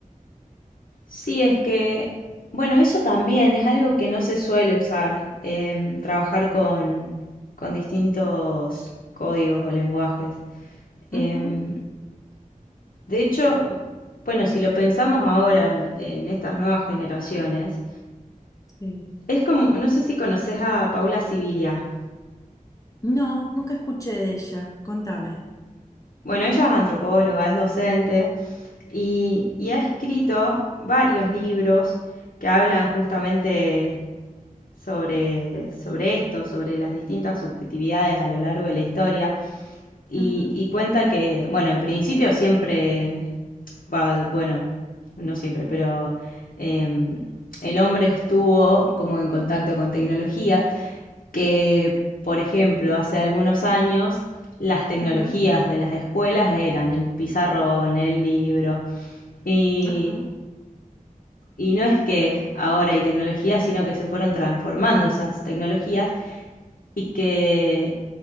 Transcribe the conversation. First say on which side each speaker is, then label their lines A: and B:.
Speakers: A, on the left; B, on the left.
A: Sí, es que, bueno, eso también es algo que no se suele usar, em, trabajar con, con distintos códigos o lenguajes. Em,
B: Ujú,
A: de hecho, bueno, si lo pensamos ahora en, en estas nuevas generaciones,
B: Sí.
A: es como, no sé si conoces a Paula Sibilia.
B: No, nunca escuché de ella, contame.
A: Bueno, ella es antropóloga, es docente Y, y ha escrito varios libros que hablan justamente sobre, sobre esto, sobre las distintas subjetividades a lo largo de la historia. Y,
B: Ujú,
A: y cuenta que, bueno, en principio siempre, va, bueno, no siempre, pero em, el hombre estuvo como en contacto con tecnologías que, por ejemplo, hace algunos años las tecnologías
B: ujú,
A: de las escuelas eran el pizarrón, el libro, y,
B: Ajá.
A: y no es que ahora hay tecnologías, sino que se fueron transformando esas tecnologías y que